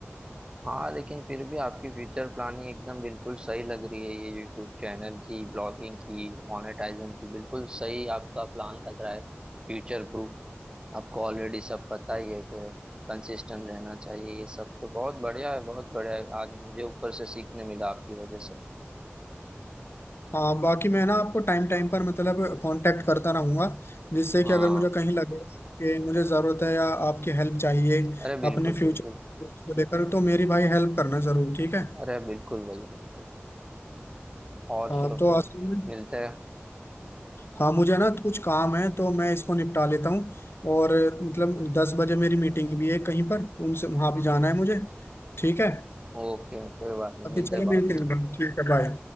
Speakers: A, on the right; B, on the left.
A: हाँ लेकिन फिर भी आपकी फ्यूचर प्लानिंग एकदम बिल्कुल सही लग रही है ये यूट्यूब चैनल की ब्लॉगिंग की मोनेटाइजेशन की बिल्कुल सही आपका प्लान लग रहा है फ्यूचर प्रूफ आपको ऑलरेडी सब पता ही है कि कंसिस्टेंट रहना चाहिए ये सब तो बहुत बढ़िया है बहुत बढ़िया है आज मुझे ऊपर से सीखने मिला आपकी वजह से
B: हाँ बाकी मैं ना आपको टाइम टाइम पर मतलब कांटेक्ट करता रहूंगा जिससे कि
A: हाँ
B: अगर मुझे कहीं लगे कि मुझे ज़रूरत है या आपकी हेल्प चाहिए
A: अरे बिल्कुल
B: अपने फ्यूचर
A: बिल्कुल
B: को लेकर तो मेरी भाई हेल्प करना ज़रूर ठीक है
A: अरे बिल्कुल भैया बिल्कुल और
B: हाँ
A: चलो
B: तो
A: फिर
B: असल में
A: मिलते हैं
B: हाँ मुझे ना कुछ काम है तो मैं इसको निपटा लेता हूँ और मतलब दस बजे मेरी मीटिंग भी है कहीं पर उनसे वहाँ भी जाना है मुझे ठीक है
A: ओके कोई बात नहीं
B: अभी
A: मिलते
B: चलो
A: हैं बाद
B: मिलते
A: में
B: हैं ठीक है बाय